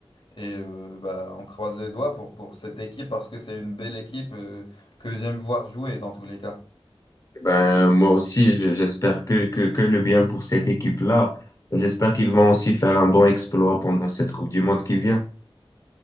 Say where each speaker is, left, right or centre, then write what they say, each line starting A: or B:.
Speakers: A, on the left (about 70°); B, on the left (about 40°).
A: Et euh, bah, on croise les doigts pour, pour cette équipe parce que c'est une belle équipe euh, que j'aime voir jouer dans tous les cas.
B: Ben, moi aussi, je- j'espère que, que, que le bien pour cette équipe-là. J'espère qu'ils vont aussi faire un bon exploit pendant cette Coupe du Monde qui vient.